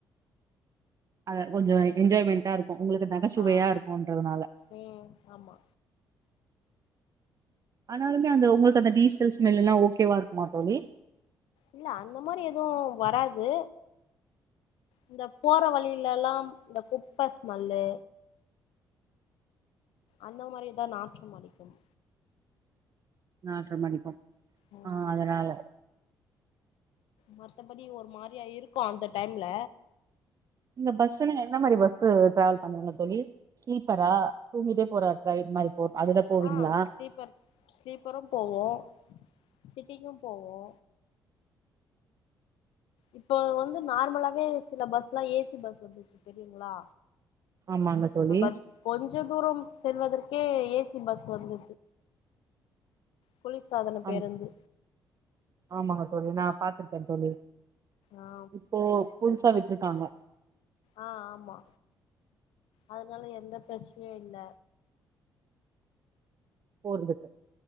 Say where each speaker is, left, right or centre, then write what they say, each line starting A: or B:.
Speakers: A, on the right (about 40°); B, on the left (about 75°).
A: ஆ கொஞ்சோ என்ஜாய்மெண்ட்டா இருக்கு உங்களுக்கு நகைச்சுவையா
B: ஆ
A: இருக்குன்றதுனால
B: ம் ஆமா
A: ஆனாலுமே அந்த உங்களுக்கு அந்த டீசைல் ஸ்மெல் எல்லா ஓகேவா இருக்குமா தோழி
B: இல்ல அந்த மாரி எது வராது இந்த போற வழியில எல்லா இந்த கு குப்ப ஸ்மெலு அந்த மாரிதா நாற்றம் அடிக்கும்
A: நாற்றம் அடிக்கும்
B: ம்
A: ஆ அதனால
B: மத்தபடி ஒரு மாரியா இருக்கு அந்த டைம்ல
A: நீங்க பஸ்சு என்ன மாரி பஸ்சு டிராவல் பண்ணுவீங்க தோழி ஸ்லீப்பரா தூங்கிட்டே போற டிரையின் மாரி போ அதுல போவீங்களா
B: ஆ ஸ்லீப்பர் ஸ்லீப்பரு போவோ சிட்டிங்கு போவோ இப்போ வந்து நார்மலாவே சில பஸ்லா ஏ சி பஸ் வந்துச்சு தெரியுங்களா
A: ஆமாங்க தோழி
B: நம்ம கொஞ்ச தூரம் செல்வதற்கே ஏ சி பஸ் வந்து குளிர் சாதன
A: ஆம்
B: பேருந்து
A: ஆமாங்க தோழி நா பாத்திருக்கே தோழி
B: ஆ
A: இப்போ புதுசா விட்ருக்காங்க
B: ஆ ஆமா அதனால எந்த பிரச்சனையு இல்ல
A: போறதுக்